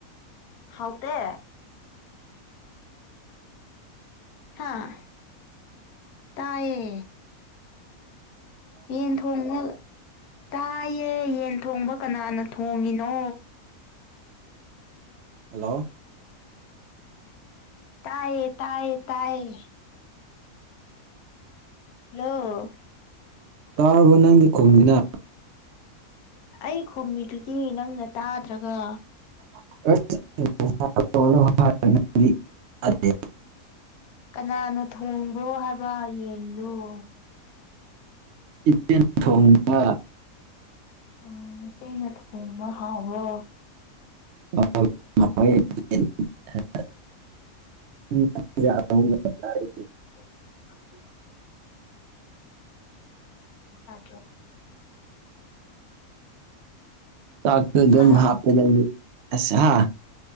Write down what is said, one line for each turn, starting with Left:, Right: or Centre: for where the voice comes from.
Left: ꯍꯥꯎꯗ ꯍꯥꯥ ꯇꯌꯦ ꯌꯦꯟ ꯊꯣꯡꯉ ꯇꯥꯏꯌꯦ ꯌꯦꯟ ꯊꯣꯡꯕ ꯀꯅꯥꯅ ꯊꯣꯡꯉꯤꯅꯣ
Right: ꯍꯜꯂꯣ
Left: ꯇꯌꯦ ꯇꯌꯦ ꯇꯌꯦ ꯍꯂ
Right: ꯇꯥꯔꯕꯣ ꯅꯪꯗꯤ ꯈꯨꯝꯅꯤꯅ
Left: ꯑꯩ ꯈꯨꯝꯃꯤꯗꯨꯗꯤ ꯅꯪꯅ ꯇꯥꯗ꯭ꯔꯒ
Right: <inaudible>
Left: ꯀꯅꯥꯅꯣ ꯊꯣꯡꯕ꯭ꯔꯣ ꯍꯥꯏꯕ ꯌꯦꯟꯗꯨꯣ
Right: ꯏꯆꯦꯟ ꯊꯣꯡꯕ
Left: ꯎꯝ ꯃꯆꯇꯩ ꯅꯃ ꯍꯕꯣ
Right: <inaudible> ꯍ
Left: <inaudible> ꯎꯝ ꯁꯥ
Right: ꯆꯥꯛ ꯑꯗꯨꯝ
Left: ꯍꯥ
Right: ꯍꯥꯞꯄ ꯂꯩ ꯑꯁ ꯍꯥ